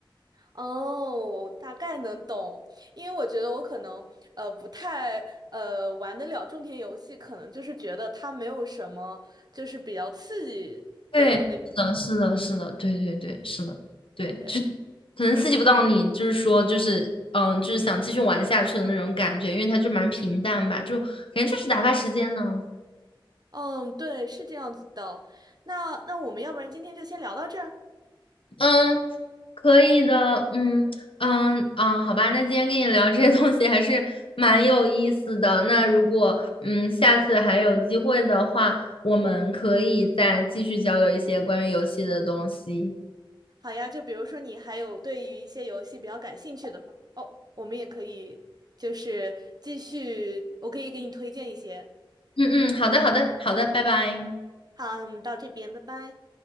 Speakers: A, on the right; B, on the left.
A: 哦，大概能懂，因为我觉得我可能呃不太呃玩得了种田游戏，可能就是觉得它没有什么就是比较刺激的那种。
B: 对，是的，是的，是的，对对对，是的，对，
A: 对，
B: 就是可能刺激不到你，就是说，就是嗯，就是想继续玩下去的那种感觉，因为它就蛮平淡吧，就感觉就是打发时间呢。
A: 嗯，对，是这样子的。那那我们要不然今天就先聊到这儿。
B: 嗯，可以的，嗯嗯嗯，好吧，那今天跟你聊这些东西还是蛮有意思的。那如果嗯下次还有机会的话，我们可以再继续交流一些关于游戏的东西。
A: 好呀，就比如说你还有对于一些游戏比较感兴趣的话哦，我们也可以就是继续，我可以给你推荐一些。
B: 嗯嗯，好的好的好的，拜拜。
A: 好，那我们到这边，拜拜。